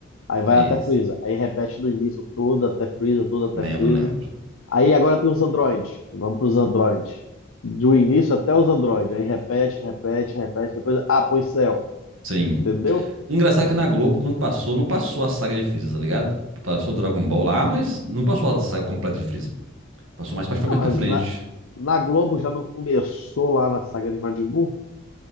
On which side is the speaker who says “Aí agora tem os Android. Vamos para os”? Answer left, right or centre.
Left